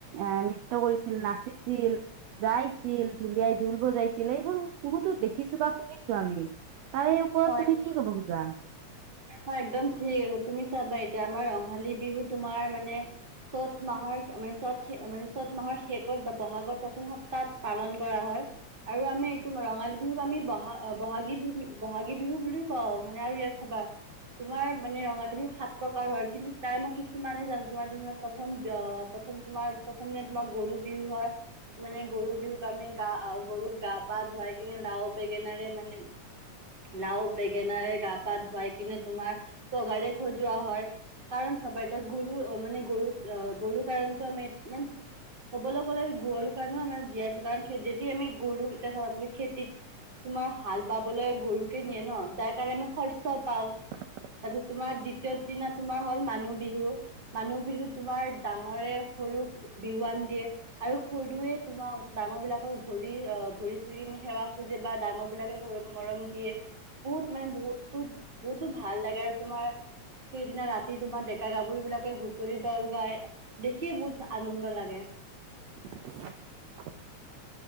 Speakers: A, on the right (about 75°); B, on the right (about 20°).
A: এ নৃত্য কৰিছিল নাচিছিল ছিল গাইছিল ঢুলিয়াই ঢোল বজাইছিল আছিলে এই বোৰ বহুতো দেখিছো বা শুনিছো আমি তাৰে ওপৰত
B: হয়
A: তুমি কি কব খোজা
B: হয় একদম ঠিক তুমি চাবা এতিয়া আমাৰ ৰঙালী বিহু তোমাৰ মানে চ'ত মাহৰ মানে চত মানে চ'ত মাহৰ শেষত বা বহাগৰ প্ৰথম সপ্তাহত পালন কৰা হয় আৰু আমি এইটো ৰঙালী বিহুক আমি বহ বহাগী বিহু বুলি বহাগী বিহু বুলিও কওঁ মানে আৰু চাবা তোমাৰ মানে ৰঙালী বিহু সাত প্ৰকাৰ হয় কিন্তু তাৰে মই কিছুমানে জানো তোমাৰ প্ৰথম প্ৰথম তোমাৰ প্ৰথমদিনা তোমাৰ গৰু বিহু হয় মানে গৰু বিহুক আমি গা গৰুক গা গা পা ধুৱাই কিনে লাও বেঙেনাৰে মানে লাও বেঙেনাৰে গা পা ধুৱাই- কিনে তোমাৰ পঘাৰে সজোৱা হয়। কাৰণ চাবা এতিয়া গৰু মানে গৰু আহ গৰুৰ কাৰণতো আমি মান কবলৈ গ'লে গৰুৰ কাৰণেও আমি জীয়াই আছো। কাৰণ খেতি যেতিয়া আমি গৰু তো তুমি খেতিত তোমাৰ হাল বাবলৈ গৰুকে নিয়ে ন, যাৰ কাৰণে আমি শস্য পাওঁ।
A: <inaudible>
B: তাৰপিছত তোমাৰ দ্বিতীয় দিনা তোমাৰ হল মানুহ বিহু। মানুহ বিহু তোমাৰ ডাঙৰে সৰু বিহুৱান দিয়ে আৰু সৰুৱে তোমাক ডাঙৰ বিলাকক ভৰি ভৰি চুই সেৱা খোজে, বা ডাঙৰ বিলাকে সৰু মৰম দিয়ে। বহুত মানে বহুতো বহুতো ভাল লাগে আৰু তোমাৰ সেইদিনা ৰাতি তোমাৰ ডেকা গাভৰিবলাকে হুঁচৰি দল গাই, দেখিয়ে বহুত আনন্দ লাগে।
A: <inaudible>